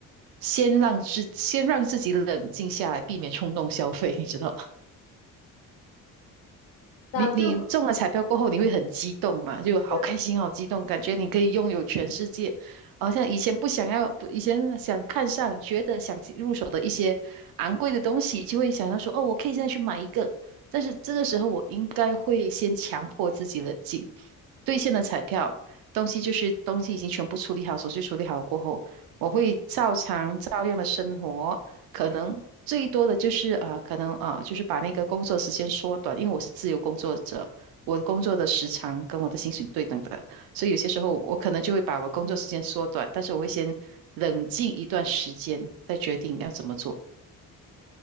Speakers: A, on the right; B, on the left.
A: 先让自先让自己冷静下来，避免冲动消费，你知道吗？
B: 那对我
A: 你你中了彩票过后，你会很激动嘛？就好开心，
B: 是，
A: 好激动，感觉你可以拥有全世界。好像以前不想要，不以前想看上，觉得想入手的一些昂贵的东西，就会想到说，哦，我可以现在去买一个。但是这个时候，我应该会先强迫自己冷静。兑现了彩票，东西就是东西已经全部处理好，手续处理好过后，我会照常照样的生活，可能最多的就是啊、呃可能啊、呃就是把那个工作时间缩短，因为我是自由工作者，我的工作的时长跟我的薪水对等的，所以有些时候我可能就会把我工作时间缩短，但是我会先冷静一段时间，再决定要怎么做。